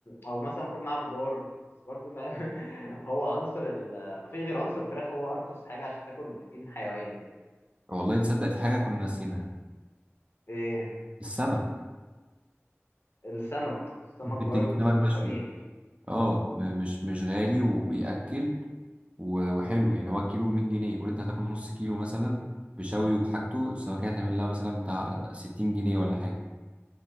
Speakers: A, on the left; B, on the right.
A: او مثلا كل معاه خضار بس برضه فاهم <laughs> هو عنصر ال مفيش غير عنصر الفراخ هو ارخص حاجه عشان تاكل بروتين حيواني كده
B: والله تصدق في حاجه كنا ناسينها
A: ايه
B: السمك
A: السمك السمك
B: ممكن
A: برضو
B: تجيب سمك مشوي
A: جميل
B: اه م- مش مش غالي وبيأكل و- وحلو يعني هو الكيلو ب 100 جنيه قول انت هتاكل نص كيلو مثلا بشوي وبحاجته السمكية هتعمل لها مثلا بتاع 60 جنيه ولا حاجة